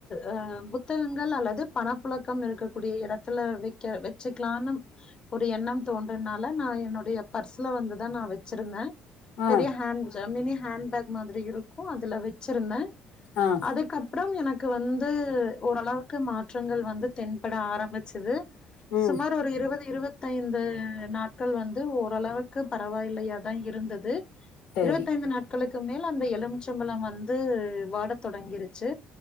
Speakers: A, on the left (about 30°); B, on the left (about 80°).
A: அ புத்தகங்கள் அல்லது பணப்புழக்கம் இருக்கக்கூடிய எடத்துல வை க வச்சுக்கலானு ஒரு எண்ணம் தோன்றனால நா என்னோடைய பர்ஸ்ல வந்துதா நா வை ச்சிருந்தே
B: ஆ
A: பெரிய ஹேண் மினி ஹேண்பேக் மாதிரி இருக்கு அதுல வெச்சிருந்தே
B: அ
A: அதுக்கப்றம் எனக்கு வந்து ஓரளவுக்கு மாற்றங்கள் வந்து தென்பட ஆரம்பிச்சிது
B: ம்
A: சுமார் ஒரு இருவது இருவத் தைந்து நாட்கள் வந்து ஓரளவுக்கு பரவாயில்லையாதா இருந்தது
B: சரி
A: இருவத்தைந்து நாட்களுக்கு மேல் அந்த எலுமிச்சம்பழம் வந்து வாட தொடங்கிருச்சு